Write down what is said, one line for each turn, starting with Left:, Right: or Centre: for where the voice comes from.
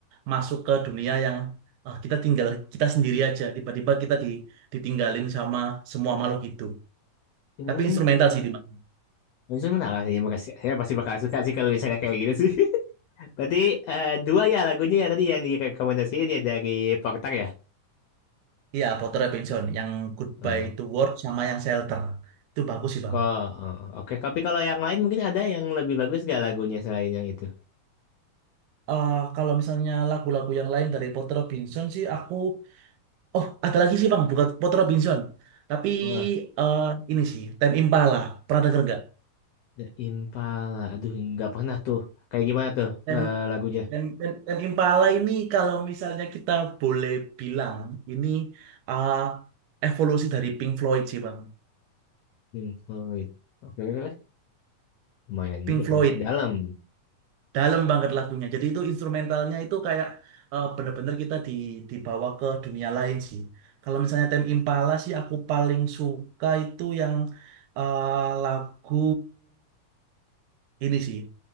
Right: masuk ke dunia yang eh, kita tinggal kita sendiri aja. Tiba-tiba kita di, ditinggalin sama semua makhluk hidup.
Left: Hmm.
Right: Tapi instrumental sih, Bang.
Left: Itu menarik sih, makasih. Saya pasti bakal suka sih kalau misalnya kayak gitu sih. <laughs> Berarti eh, dua ya lagunya ya tadi yang direkomendasiin ya dari Porter ya.
Right: Iya, Porter Robinson. Yang Goodbye
Left: Hmm.
Right: to Award sama yang Shelter. Itu bagus sih, Bang.
Left: Kok, oh, oke. Tapi kalau yang lain mungkin ada yang lebih bagus gak lagunya selain yang itu?
Right: Eh, kalau misalnya lagu-lagu yang lain dari Porter Robinson sih aku Oh, ada lagi sih Bang, bukan Port Robinson. Tapi
Left: Oh,
Right: eh, ini sih, Ten Impala. Pernah denger nggak?
Left: The Impala. Aduh, nggak pernah tuh. Kayak gimana tuh
Right: Tem
Left: eh, lagunya?
Right: Tem Tem Ten Impala ini kalau misalnya kita boleh bilang, ini eh, evolusi dari Pink Floyd sih Bang.
Left: Pink Floyd. Oke, oke, oke. Lumayan
Right: Pink
Left: juga
Right: Floyd,
Left: berarti. Dalam.
Right: dalam banget lagunya. Jadi itu instrumentalnya itu kayak eh, bener-bener kita di, dibawa ke dunia lain sih. Kalau misalnya Tem Impala sih aku paling suka itu yang eh, lagu ini sih.